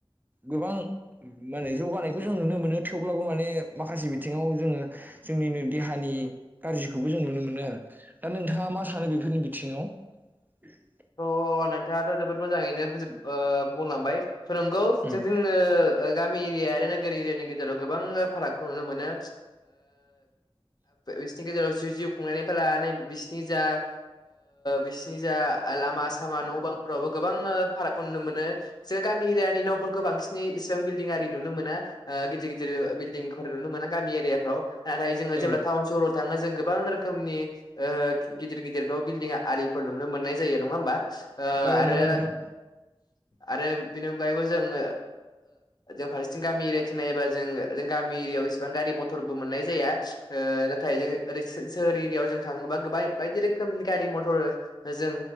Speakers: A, on the right; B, on the left.
A: गोबां माने जौगानायखौ जों नुनो मोनो थेवब्लाबो माने माखासे बिथिङाव जोङो जोंनिनो देहानि गाज्रिखौबो जों नुनो मोनो आरो दा नोंथाङा मा सानो बेफोरनि बिथिङाव <unintelligible>
B: थ' नोंथाङाथ' जोबोद मोजाङैनोज बुंलांबाय फोरोंगौ
A: उम
B: जों गामि एरिया आरो नोगोर एरियानि गेजेराव गोबां फारागखौ नुनो मोनो। बिसिनि गेजेराव जि जिउ खुंनायनिफ्राय लानानै बिसोरनि जा बि नि जा लामा सामा न' बांफोरावबो गोबां फारागखौ नुनो मोन जों गामि एरियानि न' बांसिनै इसिबां बिल्दिं आरि नुनो मोना गिदिर गिदिर बिल्डिंफोर नुनो मोना गामि एरियाफ्राव नाथाय जो
A: औ
B: जेब्ला टाउन सहराव थाङो जों गोबां रोखोमनि ओ गिदिर गिदिर न' बिल्डिं आरिफोर नुनो मोननाय जायो नङा होमबा ओ
A: औ
B: आरो
A: नंगौ नोंथां
B: आरो बेनि अनगायैबो जोङो जों फारसेथिं गामि एरियाथिं नायोबा जों जों गामि एरिया बो एसेबां गारि मथरबो मोननाय जाया ओ ओरै जोङो सो सोहोर एरियायाव थाङोब्ला गोबां बाय बायदि रोखोमनि रोखोम गारि मथर जों